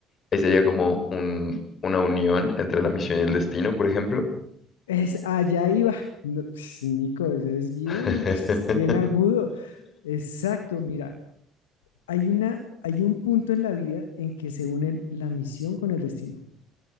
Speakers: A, on the left; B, on the left.
A: ahí sería como un, una unión entre la misión y el destino, por ejemplo.
B: Es allá iba. No, <laughs> Nico, eres bien,
A: <laughs>
B: <laughs> bien agudo. Exacto, mira, hay una, hay un punto en la vida en que se une la misión con el destino.